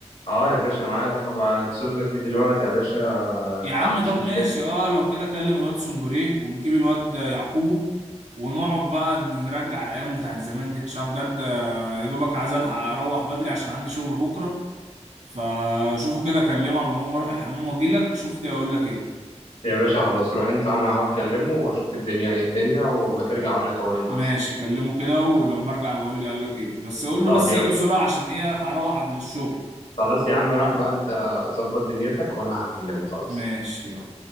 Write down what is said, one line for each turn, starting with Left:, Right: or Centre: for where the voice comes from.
Left: اه يا باشا معايا رقم هتصل لك بيه دلوقتي يا باشا
Right: يا عم
Left: ما عنديش
Right: طب
Left: مشكله
Right: ماشي اه لو كده كلم الواد سومبوريه ونجيب الواد يعقوبو ونقعد بقى نرجع الايام بتاعت زمان دي عشان بجد آه، يا دوبك عايز الحق اروح بدري عشان عندي شغل بكره فشوفه كده كلمه قبل ما اقوم اروح الحمام واجيلك شوف لي اقول لك ايه
Left: يا باشا خلاص روح انت انا هو اكلمه واشوف الدنيا ايه الدنيا واما ترجع اقول لك هو ايه اللي
Right: ماشي
Left: حصل
Right: كلمه كده ولما ارجع بقول لي قال لك ايه بس قول
Left: طب
Right: له بس
Left: يلا
Right: يجي بسرعه عشان ايه الحق اروح قبل الشغل
Left: خلاص يا عم روح بقى انت ظبط دنيتك وانا هكلمه خلاص
Right: ماشي يلا